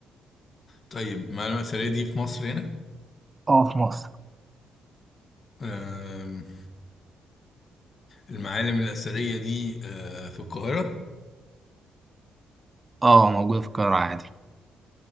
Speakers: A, on the left (about 40°); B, on the right (about 25°).
A: طيب معالم اثريه دي في مصر هنا
B: اه في مصر
A: أم، المعالم الاثريه دي أه، في القاهره
B: اه موجودة في القاهرة عادي